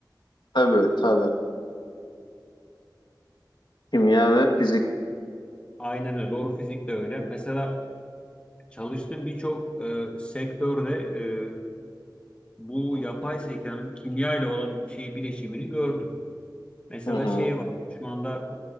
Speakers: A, on the left; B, on the left.
A: Tabii tabii. Kimya ve fizik.
B: Aynen öyle. Doğru fizik de öyle. Mesela çalıştığım birçok e, sektörde e, bu yapay zekanın kimya ile olan şey bileşimini gördüm. Mesela
A: Hı hı.
B: şey var. Şu anda